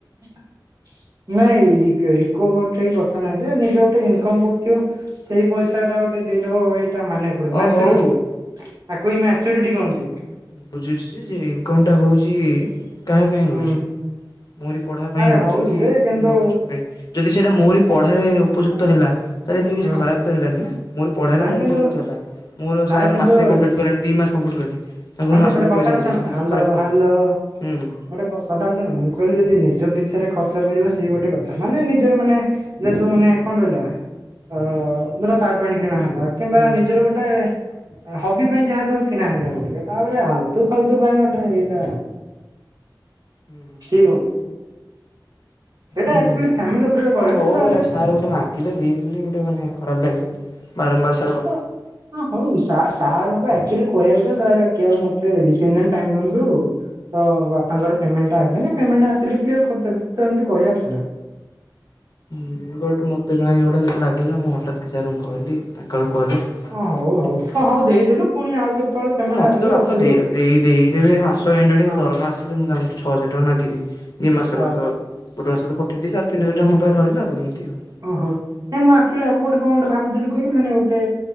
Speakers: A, on the right; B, on the left.
A: <inaudible> ନାଇଁ ରିକ୍ ରିକୋଭରି ଠେଇ କଥା ନାହିଁ ଯେ ନିଜେ ଗୋଟେ ଇନକମ୍ କରୁଥିବ ସେଇ ପଇସାଟା ଗୋ ଗୋଟେ ଦେଇଦବ ଏଇଟା ମାନେ ଗୋଟେ
B: ଅ
A: ମ୍ୟାଚୁରୁଟି
B: ହଉ
A: ଆକୁ ହିଁ ମ୍ୟାଚୁରୁଟି କହନ୍ତି।
B: ଉଁ ବୁଝୁଛି ଯେ ଯେ ଇନକମଟା ହଉଚି କାହା ପାଇଁ
A: ହୁଁ
B: ହଉଛି। ମୋରି ପଢା ପାଇଁ
A: ଆରେ
B: ହଉଛି କି
A: ଯେ
B: କୋଉଠି
A: କିନ୍ତୁ
B: ହଉଛ ଭାଇ ଯଦି ସେଇଟା ମୋରି ପ ଢାରେ ଉପଯୁକ୍ତ ହେଲା ତାହେରେ ଏଥିରେ କିଛି
A: ହଁ
B: ଖରାପ ତ ହେଲାନି ନା ମୋରି ପଢାରେ
A: ନାଇଁ
B: ମୁଁ
A: କିନ୍ତୁ
B: ଉପଯୁକ୍ତ ହେଲା। ମୋର
A: ନାଇଁ
B: ସାର୍
A: କିନ୍ତୁ
B: ମାସେ
A: ହଁ
B: କମ୍ପ୍ଲିଟ କଲେଣି ଦି ମାସ କମ୍ପ୍ଲିଟ କଲେଣି। ତାଙ୍କୁ ମୁଁ ମାସେକେରେ
A: ଯେ ଗୋଟେ କଥାଟା
B: ପଇସା ଦେଲି
A: ଶୁଣ
B: ତ ଏଥିରେ
A: ହାଲୋ
B: ଖରାପ କନ୍
A: ହାଲୋ
B: ହୁଁ ହୁଁ।
A: ଗୋଟେ କ କଥାଟେ ଶୁଣ ମୁଁ କହିଲି ଯଦି ନିଜ ପିଛେରେ ଖର୍ଚ୍ଚ କରିବ ସିଏ ଗୋଟେ କଥା ମାନେ ନିଜର ମାନେ ଯେ ସବୁ ମାନେ କଁ ରହିଲା ଅ ଧର ସାର୍ଟ ପେଣ୍ଟ କିଣା ହେଲା କିମ୍ବା
B: ହୁଁ ହୁଁ
A: ନିଜର ଗୋଟେ ହବି ପାଇଁ ଯାହା ଧର କିଣା ହେଲା ଗୋଟେ ତାପରେ
B: ହୁଁ
A: ଆଲତୁପ୍ ଫାଲତୁ ପାଇଁ ଗୋଟେ ଏଇଟା
B: ହୁଁ ହୁଁ।
A: ଠିକ ହଉନି। ସେଇଟା
B: ହୁଁ
A: ଆକ୍ଚୁଆଲି ଫ୍ୟାମିଲି ଉପରେ
B: ହ
A: କରେ
B: ହଉ
A: ନା ତାପରେ
B: ଆଉ ସାର୍ ଗୋଟେ ମା ଗିଲେ ଦେଇଦେଲି ଗୋଟେ ମାନେ ଖରାପ ଲାଗିଲା ବାରମ୍ବାର ସା
A: <inaudible> ହଁ ହଁ ହଉ ସା ସାରଙ୍କୁ ଆଗ୍ ଆକ୍ଚୁଏଲି କହିଆ କଥା ସାରେ କି ଆଉ <unintelligible> ଆଉ ମତେ ଦି ତିନ ଦିନ ଟାଇମ୍ ଦିଅନ୍ତୁ। ତ ବାପାଙ୍କର ପେମେଣ୍ଟଟା ଆସିନି ପେମେଣ୍ଟଟା ଆସିଲେ କ୍ଲିୟର କରିଦେବେ ତ ଏମତି କହିଆର ଥିଲା।
B: ଉଁ ବଟ୍ ମତେ କାଁଇ ଗୋଟେ ଏମତି ଲାଗିଲା ମୁଁ ହଠାତ୍ କି ସାରଙ୍କୁ କହିଲି ତାଙ୍କ ଆଡୁ କହିଲେ।
A: ହଁ
B: ପ
A: ହଉ
B: ପଠେଇ
A: ହଉ
B: ଦେଇଚି
A: ହଁ
B: ଆଉ
A: ହଉ ଦେଇଦେଲୁ ପୁଣି ଆଉ କେତେବେଳେ ପେମେଣ୍ଟ
B: ହଁ ମତେ
A: ଆସିଲେ
B: ତ ବାପା
A: ରଖିଦବୁ
B: ଦେଇ ଉଁ ଦେଇ ଦେଇଦେବେ ମାସ୍ ତ ଏଣ୍ଡ୍ ଆଡିକି
A: ହଁ।
B: ଦରମା ଆସିଲେ ମୁଁ ତାଙ୍କୁଠୁ ଛଅ ହଜାର ଟଙ୍କା ମାଗିବି ଦି ମାସର
A: ହଁ
B: ର ଗୋଟେ ମାସର ତ ପେଠେଇ ଦେଇଚି ଆଉ ତିନି ହଜାର ଟଙ୍କା ମୋ ପାଖେରେ ରହିଲା ଆଉ ଏମତି ଆଉ।
A: ଓ ହୋ। ନାଇଁ ମୁଁ ଆକ୍ଚୁଏଲି ଆଗକୁ ଗୋଟେ କଁ ଗୋଟେ ଭାବୁଥିଲି କହିଲୁ ମାନେ ଗୋଟେ